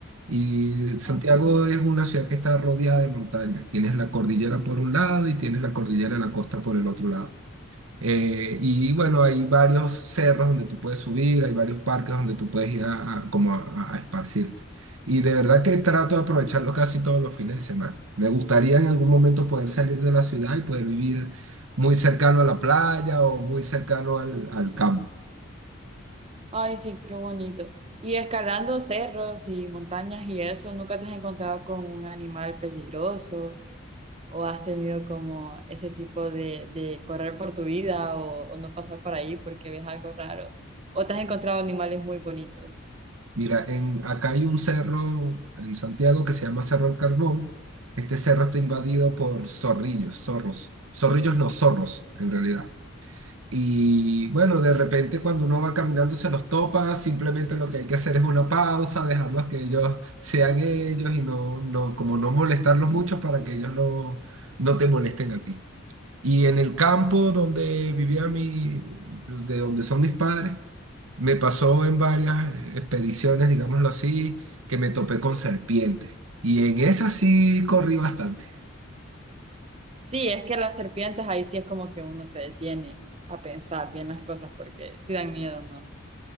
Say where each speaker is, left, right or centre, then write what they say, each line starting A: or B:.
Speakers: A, on the right (about 85°); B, on the right (about 30°).
A: y Santiago
B: Ah.
A: es una ciudad que está rodeada de montañas. Tienes la cordillera por un lado y tienes la cordillera de la costa por el otro lado. Eh, y bueno, hay varios cerros donde tú puedes subir, hay varios parques donde tú puedes ir a, a- como a, a esparcirte. Y de verdad que trato de aprovecharlo casi todos los fines de semana. Me gustaría en algún momento poder salir de la ciudad y poder vivir muy cercano a la playa o muy cercano al, al campo.
B: Ay, sí, qué bonito. Y escalando cerros y montañas y eso, ¿nunca te has encontrado con un animal peligroso? o has tenido como ese tipo de, de correr por tu vida o, o no pasar por ahí porque ves algo raro, o te has encontrado animales muy bonitos.
A: Mira, en, acá hay un cerro en Santiago que se llama Cerro del Carbón. Este cerro está invadido por zorrillos, zorros. Zorrillos no, zorros, en realidad. Y bueno, de repente cuando uno va caminando se los topa, simplemente lo que hay que hacer es una pausa, dejarlos que ellos sean ellos y no, no, como no molestarlos mucho para que ellos no, no te molesten a ti. Y en el campo donde vivía mi, de donde son mis padres, me pasó en varias expediciones, digámoslo así, que me topé con serpientes. Y en esas sí corrí bastante.
B: Sí, es que las serpientes ahí sí es como que uno se detiene a pensar bien las cosas porque sí dan miedo, ¿no?